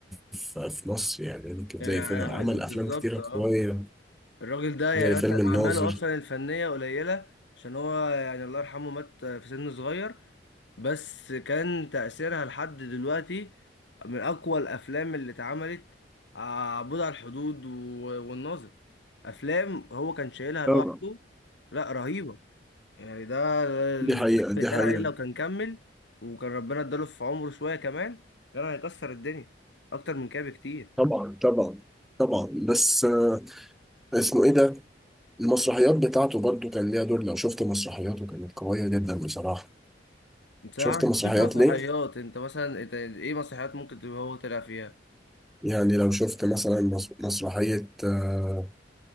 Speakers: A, in the centre; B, on the left.
A: في في مصر يعني يمكن
B: يعني
A: زي
B: ع-
A: فيلم عمل
B: بالظبط
A: أفلام كتيرة
B: اه
A: قوية
B: الراجل ده
A: زي
B: يعني
A: فيلم
B: مثلا
A: الناظر
B: اعماله اصلا الفنيه قليله عشان هو يعني الله يرحمه مات في سن صغير بس كان تأثيرها لحد دلوقتي من أقوى الأفلام اللي اتعملت آه، عبود على الحدود و- والناظر أفلام هو كان شايلها
A: طبعا
B: لوحده لا رهيبة يعني ده
A: دي
B: اللي
A: حقيقة
B: فعلا
A: دي
B: اتقال
A: حقيقة
B: عليه لو كان كمل وكان ربنا اداله في عمره شوية كمان كان هيكسر الدنيا أكتر من كده بكتير
A: طبعا طبعا طبعا بس آه، اسمه ايه ده المسرحيات بتاعته برضو كان ليها دور لو شفت مسرحياته كانت قوية جدا بصراحة
B: بصراحة
A: شفت
B: ما شفتش
A: مسرحيات
B: مسرحيات
A: ليه؟
B: أنت مثلا إنت إيه مسرحيات ممكن تبقى هو طلع فيها
A: يعني لو شفت مثلا مس- مسرحية آه،